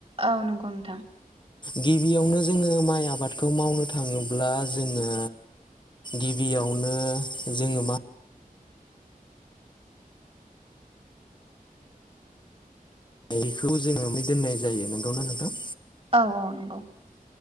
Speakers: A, on the right; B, on the left.
A: औ नंगौ नोंथां
B: गिबियावनो जोंङो माइ आबादखौ मावनो थाङोब्ला जोङो गिबियावनो जोंङो मा बेखौ जोंङो मै दोननाय जायो नोंगौना नोंथां
A: औ औ नंगौ